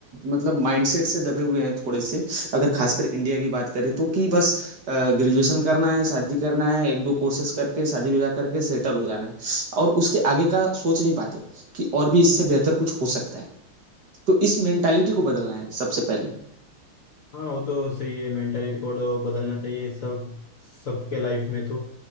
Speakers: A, on the right (about 50°); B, on the left (about 50°).
A: मतलब माइंडसेट से दबे हुए हैं थोड़े से अगर खासकर इंडिया की बात करें तो कि बस ग्रेजुएशन करना है शादी करना है एक दो कोर्सेज करके शादी विवाह करके सेटल हो जाना है और उसके आगे का सोच नहीं पाते कि और भी इससे बेहतर कुछ हो सकता है तो इस मेंटालिटी को बदलना है सबसे पहले
B: हाँ वो तो सही है मेंटली रिकॉर्ड तो बदलना चाहिए सब सबके लाइफ में तो